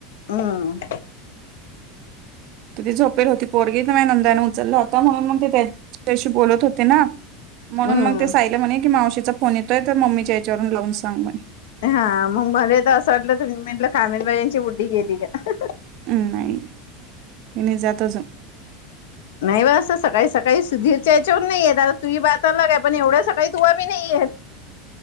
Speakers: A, on the left (about 80°); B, on the right (about 55°).
A: हम्म.
B: तर ती झोपेल होती पोरगी माया नंदेने उचलला होता, म्हणून मग ते त्याच्याशी बोलत होते ना म्हणून
A: हम्म
B: मग ते सायल्या म्हणे की, मावशीचा फोन येतोय तर मम्मीच्या हेच्यावरून लावून सांग म्हणे
A: हा मग मला तर असं वाटलं तुम्ही म्हटलं कामिलबाई यांची बुढी गेली काय.
B: हम् नाही ती नाही जात अजून
A: नाही बा. असं सकाळी सकाळी सुधीरच्या याच्यावरून नाहीयेत आता तुम्ही बाताला का पण एवढ्या सकाळी तूला नाही.